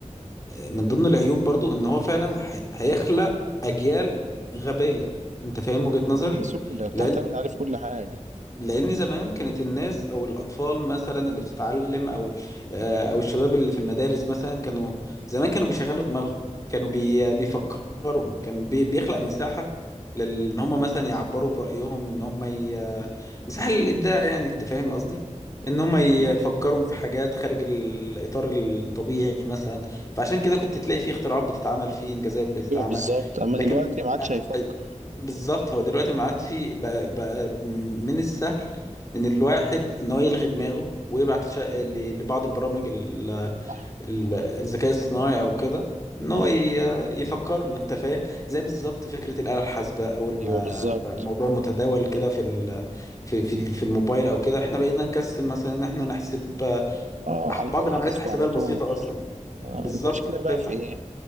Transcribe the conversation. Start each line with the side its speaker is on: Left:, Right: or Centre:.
Left: من ضمن العيوب برضو ان هو فعلا ح- هيخلق اجيال غبية انت فاهم وجهة نظري
Right: كسولة بتعتمد
Left: لان
Right: عليه في كل حاجه
Left: لان زمان كانت الناس او الاطفال مثلا اللي بتتعلم او آه، او الشباب اللي في المدارس مثلا كانوا زمان كانوا بيشغلوا دماغهم كانوا بي بيفكروا كان بي بيخلق مساحة لان هم مثلا يعبروا برأيهم ان هم ي... مساحة للابداع يعني انت فاهم قصدي ان هم يفكروا
Right: اه
Left: في حاجات خارج الاطار الطبيعي مثلا فعشان كده كنت تلاقي فيه اختراعات بتتعمل فيه انجازات بتتعمل
Right: ايوه بالظبط اما
Left: لكن
Right: دلوقتي ما عادش
Left: أ-
Right: هيفكر
Left: أ- بالظبط هو دلوقتي ما عادش بقى, بقى من السهل ان الواحد ان هو يلغي دماغه ويبعت لش- ل- لبعض البرامج ال-
Right: صح
Left: ال- الذكاء الصناعي او كده ان
Right: اه
Left: هو ي- يفكر له انت فاهم زي بالظبط فكره الاله الحاسبه اول
Right: ايوه
Left: ما
Right: بالظبط
Left: بقى الموضوع متداول كده في ال- في في في الموبايل او كده احنا بقينا نكسل مثلا ان احنا نحسب آه،
Right: اه على
Left: بعض
Right: الاله
Left: العمليات
Right: حاسبه
Left: الحسابيه
Right: على
Left: البسيطه
Right: طول
Left: اصلا
Right: آه.
Left: بالظبط
Right: المشكله بقى
Left: تفتح
Right: في ايه